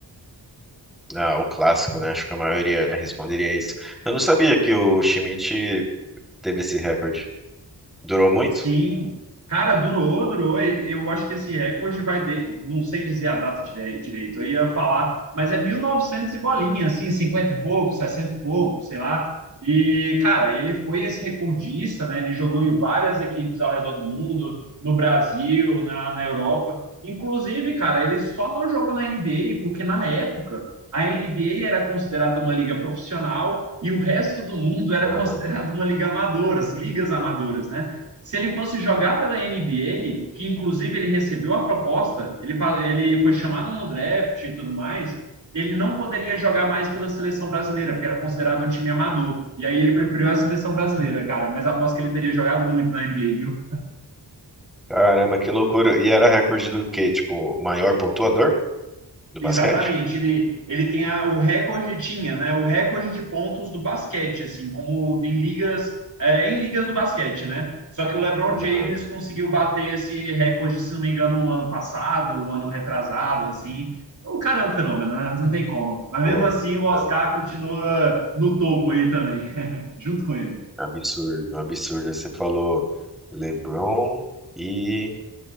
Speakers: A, in the centre; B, on the right.
A: Ah, o clássico, né? Acho que a maioria responderia isso. Eu não sabia que o Schmidt teve esse recorde. Durou muito?
B: Sim, cara, durou, durou. E Eu acho que esse recorde vai de, não sei dizer a data dire- direito. Eu ia falar, mas é 1900 e novecentos e bolinha, assim, 50 e pouco, 60 e pouco, sei lá. E, cara, ele foi esse recordista, né? Ele jogou em várias equipes ao redor do mundo, no Brasil, na, na Europa. Inclusive, cara, ele só não jogou na NBA porque na época a NBA era considerada uma liga profissional e o resto do mundo era
A: Aham.
B: considerado uma liga amadora, as ligas amadoras, né? Se ele fosse jogar pela NBA, que inclusive ele recebeu a proposta, ele, ele foi chamado no draft e tudo mais, ele não poderia jogar mais pela seleção brasileira, porque era considerado um time amador. E aí ele preferiu a seleção brasileira, cara. Mas aposto que ele teria jogado muito na NBA, viu?
A: Caramba, que loucura. E era recorde do quê? Tipo, maior pontuador do
B: Exatamente,
A: basquete?
B: ele, ele tem a- o recorde, tinha, né, o recorde de pontos do basquete, assim, como em ligas, é, em ligas do basquete, né? Só que o LeBron
A: Aham.
B: James conseguiu bater esse recorde, se não me engano, no ano passado, ano retrasado, assim. O cara é um fenômeno, né? Não tem como. Mas mesmo
A: Pô,
B: assim, o Oscar
A: né?
B: continua no topo aí também, <laughs> junto com ele.
A: absurdo, um absurdo. Você falou LeBron e